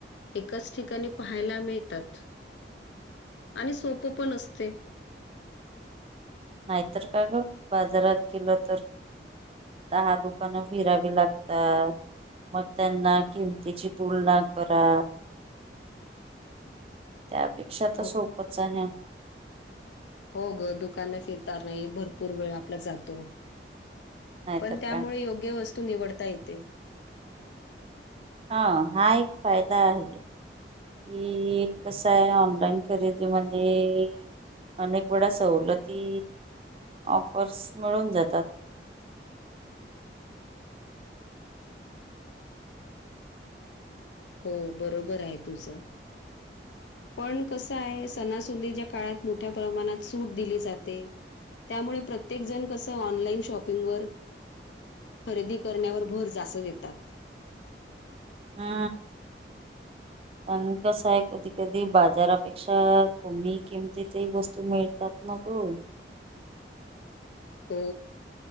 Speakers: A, on the left; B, on the right.
A: एकाच ठिकाणी पाहायला मिळतात आणि सोप पण असते
B: नाहीतर का ग बाजारात गेलं तर दहा दुकानं फिरावी लागतात मग त्यांना किमतीची तुलना करा त्यापेक्षा
A: हो,
B: तर सोपच आहे
A: हो ग दुकानला फिरत नाही भरपूर वेळ आपला जातो
B: नाहीतर
A: पण त्यामुळे
B: काय
A: योग्य वस्तू निवडता येते
B: हा हा एक फायदा आहे कि कस आहे ऑनलाइन खरेदी मध्ये अनेक वेळा सवलती ऑफर्स मिळून जातात
A: हो बरोबर आहे तुझं पण कसं आहे सणासुंदीच्या काळात मोठ्या प्रमाणात सूट दिली जाते त्यामुळे प्रत्येक जण कसं ऑनलाईन शॉपिंगवर खरेदी करण्यावर भर जास्त देतात
B: हा
A: ह
B: पण कसं आहे कधी कधी बाजारापेक्षा कमी किमतीतही वस्तू मिळतात नकू
A: हो